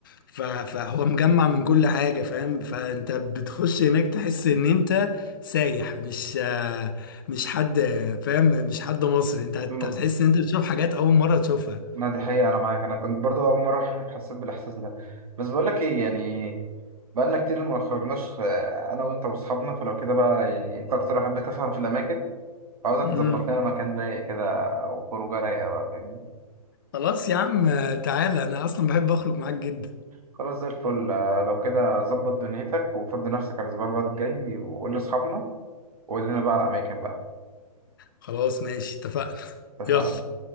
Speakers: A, on the left; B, on the right.
A: ف- فهو مجمع من كل حاجه فاهم فانت بتخش هناك تحس ان انت سايح مش آه، مش حد فاهم مش حد مصري انت هت-
B: م-
A: هتحس ان انت بتشوف حاجات اول مره تشوفها
B: ما دي حقيقة أنا معاك أنا كنت برضو أول مرة أروح هناك حسيت بالإحساس ده بس بقولك إيه يعني بقالنا كتير ما خرجناش آه، أنا وأنت وأصحابنا فلو كده بقى يعني أنت أكتر واحد بتفهم في الأماكن فعاوزك
A: امم
B: تظبط لنا مكان رايق كده أو خروجة رايقة بقى فاهمني؟
A: خلاص يا عم تعالى انا اصلا بحب اخرج معاك جدا
B: خلاص زي الفل آه، لو كده ظبط دنيتك وفضي نفسك على الأسبوع اللي الجاي وقول لأصحابنا وقول لنا بقى على الأماكن بقى
A: خلاص ماشي اتفقنا <laughs>
B: اتفقنا
A: يلا